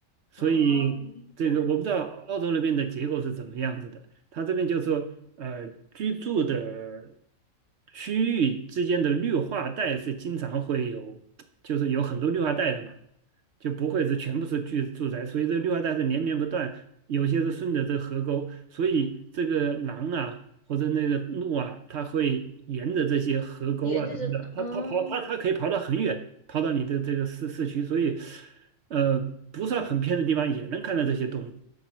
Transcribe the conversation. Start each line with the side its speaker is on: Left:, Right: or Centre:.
Right: 所以这个我不知道澳洲那边的结构是怎么样子的。
Left: 哦，这样
Right: 他这边就说呃，居住的区域之间的绿化带是经常会有，就是有很多绿化带的嘛。就不会是全部是住住宅，所以这绿化带是连绵不断，有些是顺着这河沟，所以这个狼啊或者那个鹿啊，它会沿着这些河沟啊什么的，
Left: 沿着这个哦，
Right: 它它跑它它可以跑到很远，跑到你的这个市市区，所以呃不算很偏的地方也能看到这些动物，